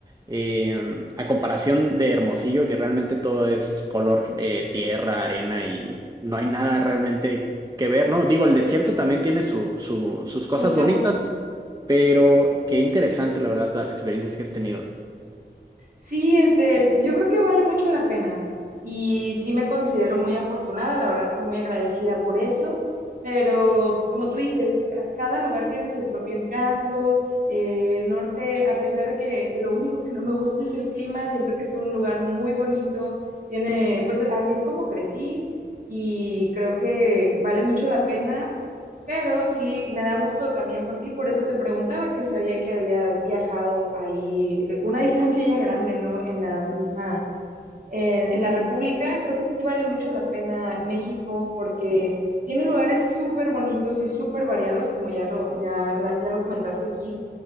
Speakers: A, on the right; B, on the right.
A: eh, a comparación de Hermosillo, que realmente todo es color eh, tierra, arena y no hay nada realmente que ver, ¿no? Digo, el desierto también tiene su, su- sus cosas
B: su encanto.
A: bonitas, pero qué interesante, la verdad, las experiencias que has tenido.
B: Sí, este, yo creo que vale mucho la pena y sí me considero muy afortunada, la verdad estoy muy agradecida por eso, pero como tú dices, ca- cada lugar tiene su propio encanto, eh, el norte, a pesar de que lo único que no me gusta es el clima, siento que es un lugar muy bonito, tiene, pues así es como crecí y creo que vale mucho la pena Pero sí, me da gusto también por ti, por eso te preguntaba que sabía que habías viajado ahí eh, una <laughs> distancia ya grande, ¿no? En la misma, eh, en la República, creo que sí vale mucho la pena México porque tiene lugares súper bonitos y súper variados, como ya lo, ya, la- ya lo comentaste aquí